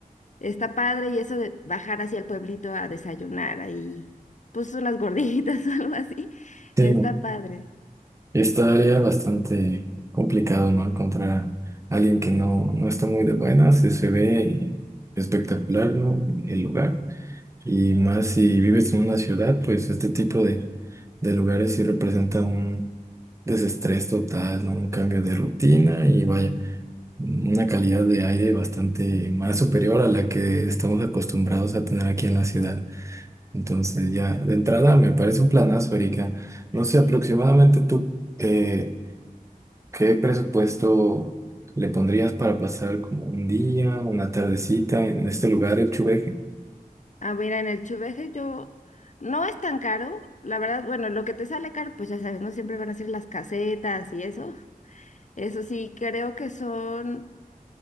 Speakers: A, on the left; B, on the right.
A: está padre y eso de bajar hacia el pueblito a desayunar ahí, pues unas gorditas <laughs> o algo así,
B: Sí,
A: está padre.
B: Estaría bastante complicado, ¿no? Encontrar a alguien que no, no está muy de buenas, y se ve espectacular, ¿no? El lugar. Y más si vives en una ciudad, pues este tipo de, de lugares sí representa un desestrés total, ¿no? Un cambio de rutina y vaya, una calidad de aire bastante más superior a la que estamos acostumbrados a tener aquí en la ciudad. Entonces ya de entrada me parece un planazo, Erika. No sé
A: Sí.
B: aproximadamente tú. eh, ¿Qué presupuesto le pondrías para pasar como un día, una tardecita en este lugar, el Chuveje?
A: Ah, mira, en el Chuveje yo... No es tan caro, la verdad, bueno, lo que te sale caro, pues ya sabes, no siempre van a ser las casetas y eso. Eso sí, creo que son